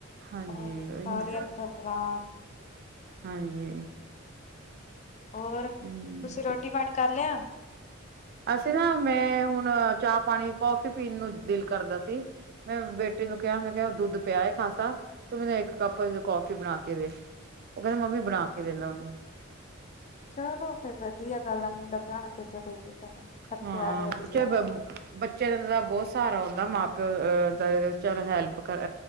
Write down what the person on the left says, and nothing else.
ਹੋ
ਸਾਰੀਆਂ
ਗੱਲਾਂ
ਹੋਰ ਤੁਸੀਂ
ਰੋਟੀ ਪਾਣੀ ਕਰ ਲਿਆ
ਚਲੋ ਫੇਰ ਵਧੀਆ ਗੱਲ ਆ ਮੁੰਡਾ ਬਣਾਣਾ ਕੇ ਚ ਦੇ ਤੁਹਾਨੂੰ ਥੱਕੇ
ਆ ਰਿਹਾ ਤੁਸੀਂ
ਆਏ ਹੋ